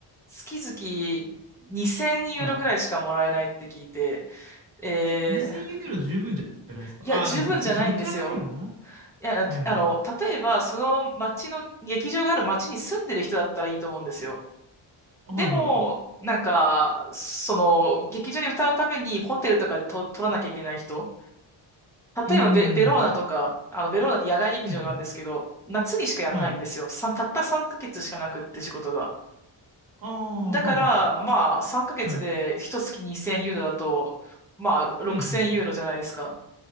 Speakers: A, in the centre; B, on the right (about 45°).
A: 月々2000ユーロくらいしかもらえないって聞いて、
B: はい。
A: えー、
B: え、2000ユーロ十分じゃないですかああー、
A: いや、十分じゃないんですよ。
B: でもそっか、そっち物価が高いもんな。
A: いや、
B: はいはい。
A: あの、例えば、その町の、劇場がある町に住んでる人だったらいいと思うんですよ。
B: はいはい。
A: でも、なんか、その、劇場に歌うためにホテルとかと取らなきゃいけない人。
B: うーん。
A: 例えばベ、ベローナとか、あの、ベローナって野外劇場があるんですけど、
B: うんうん。
A: 夏にしかやんないんですよ。
B: はい。
A: さ、たった3ヶ月しかなくって仕事が。
B: ああ、
A: だから、
B: はあは
A: まあ、3ヶ月で一月2000ユーロだと、
B: あ。はい。
A: まあ、6000ユーロじゃないですか。
B: うんうん。